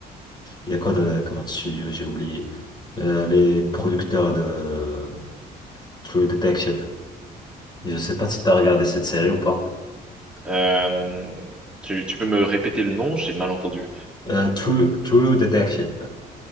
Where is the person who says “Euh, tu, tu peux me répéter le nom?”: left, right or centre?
Centre